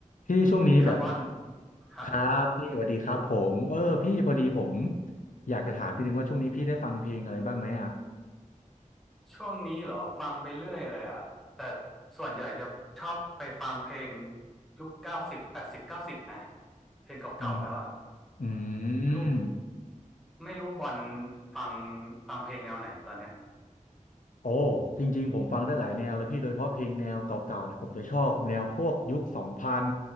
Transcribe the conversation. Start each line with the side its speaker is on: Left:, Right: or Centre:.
Left: พี่ช่วงนี้แบบ
Centre: สวัสดีครับบอลครับ
Left: ครับพี่สวัสดีครับผมเออพี่พอดีผมอยากจะถามพี่นึงว่าช่วงนี้พี่ได้ฟังเพลงอะไรบ้างไหมอ่ะ
Centre: ช่วงนี้เหรอฟังไปเรื่อยเลยอ่ะแต่ส่วนใหญ่จะชอบไปฟังเพลงยุคเก้าสิบแปดสิบเก้าสิบนะเพลงเก่าๆแล้วอ่ะ
Left: อืมอื
Centre: ลูก
Left: ม
Centre: ไม่รู้บอลฟังฟังเพลงแนวไหนตอนเนี้ย
Left: โอ้จริงๆผมฟังได้หลายแนวเลยพี่โดยเฉพาะเพลงแนวเก่าๆเนี่ยผมจะชอบแนวพวกยุคสองพัน